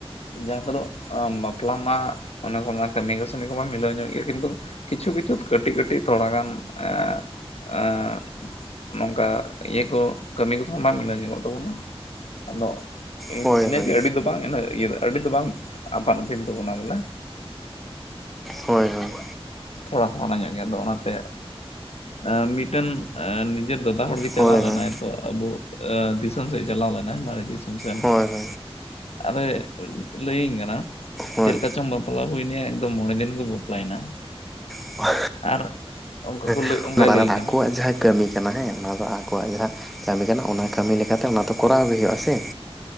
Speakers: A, on the left; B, in the centre.
A: ᱡᱟᱦᱟᱸ <unintelligible> ᱵᱟᱯᱞᱟ ᱢᱟ ᱚᱱᱟ <unintelligible> ᱠᱟᱹᱢᱤ ᱠᱟᱹᱥᱱᱤ ᱠᱚᱢᱟ ᱢᱤᱞᱟᱹᱣ ᱧᱚᱜ ᱜᱮᱭᱟ ᱠᱤᱱᱛᱩ ᱠᱤᱪᱷᱩ ᱠᱤᱪᱷᱩ ᱠᱟᱹᱴᱤᱡ ᱠᱟᱹᱴᱤᱡ ᱛᱷᱚᱲᱟᱜᱟᱱ ᱮ ᱟᱸ ᱱᱚᱝᱠᱟ ᱤᱭᱟᱹ ᱠᱚ ᱠᱟᱹᱢᱤ ᱠᱚᱫᱚ ᱦᱟ ᱵᱟᱝ ᱢᱤᱞᱟᱹᱣ ᱧᱚᱜᱚᱜ ᱛᱟᱵᱚᱱᱟ᱾ ᱟᱫᱚ ᱤᱱ-ᱤᱱᱟᱹ
B: ᱦᱳᱭ ᱦᱳᱭ
A: ᱜᱮ ᱟᱹᱰᱤ ᱫᱚ ᱛᱟᱝ ᱤᱱᱦᱚᱸ ᱤᱭᱟᱹ ᱟᱹᱰᱤ ᱫᱚ ᱵᱟᱝ ᱟᱯᱟᱱ ᱟᱹᱯᱤᱱ ᱛᱟᱵᱚᱱᱟ ᱵᱚᱞᱮ᱾
B: ᱦᱳᱭ ᱦᱳᱭ᱾
A: ᱛᱷᱚᱲᱟ <unintelligible> ᱧᱚᱜ ᱜᱮᱭᱟ ᱟᱫᱚ ᱚᱱᱟᱛᱮ ᱟᱻ ᱢᱤᱫᱴᱟᱹᱱ ᱟᱻ ᱱᱤᱡᱮᱨ ᱫᱟᱫᱟ ᱦᱚᱲᱜᱮ ᱪᱟᱞᱟᱣ
B: ᱦᱳᱭ ᱦᱳᱭ
A: ᱞᱮᱱᱟᱭ ᱛᱚ ᱟᱵᱚ ᱟᱻ ᱫᱤᱥᱚᱢ ᱥᱮᱡ ᱪᱟᱞᱟᱣ ᱞᱮᱱᱟᱭ ᱢᱟᱨᱮ ᱫᱤᱥᱚᱢ ᱥᱮᱱ
B: ᱦᱳᱭ ᱦᱳᱭ
A: ᱟᱨᱮ ᱞᱟᱹᱭᱤᱧ ᱠᱟᱱᱟ
B: ᱦᱳᱭ
A: ᱪᱮᱫ ᱞᱮᱠᱟ ᱪᱚᱢ ᱵᱟ <unintelligible> ᱮᱠᱫᱚᱢ ᱢᱚᱬᱮ ᱫᱤᱱ ᱠᱚ ᱵᱟᱯᱞᱟᱭᱱᱟ
B: <inaudible>
A: ᱟᱨ ᱚᱱᱠᱟ ᱠᱚ ᱞᱟᱹᱭ
B: <unintelligible>
A: ᱚᱱᱠᱟᱭ ᱞᱟᱹᱭᱟᱹᱧ
B: ᱟᱠᱚᱣᱟᱜ
A: ᱠᱟᱱᱟ
B: ᱡᱟᱦᱟᱸ ᱠᱟᱹᱢᱤ ᱠᱟᱱᱟ ᱦᱮᱸ ᱚᱱᱟ ᱫᱚ ᱟᱠᱚᱣᱟᱜ ᱡᱟᱦᱟᱸ ᱠᱟᱹᱢᱤ ᱠᱟᱱᱟ ᱚᱱᱟ ᱠᱟᱹᱢᱤ ᱞᱮᱠᱟ ᱚᱱᱟ ᱛᱚ ᱠᱚᱨᱟᱣ ᱦᱩᱭᱩᱜ-ᱟ ᱥᱮ